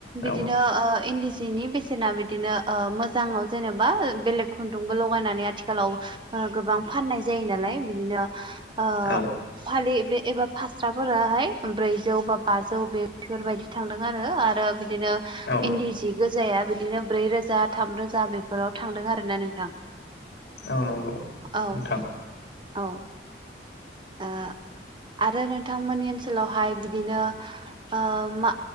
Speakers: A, on the right; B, on the left.
A: बिदिनो
B: औ
A: ओ इन्दि सिनि बेसेना बे दिनो ओ मोजांआव जेनेबा बेलेग खुन्दुंबो लगायनानै आथिखालाव ओ गोबां फाननाय जायो नालाय बिदिनो ओ
B: औ
A: फालि बे एबा फास्राफोराहाय ब्रैजौ बा बाजौ बेफोरबायदि थांदों आरो आरो बिदिनो
B: औ
A: इन्दि जि गो जाया बिदिनो ब्रै रोजा थाम रोजा बेफोराव थांदों आरोना नोंथां
B: औ नंगौ
A: औ
B: नोंथां।
A: औ। ओ आरो नोंथांमोननि ओनसोलावहाय बिदिनो ओ मा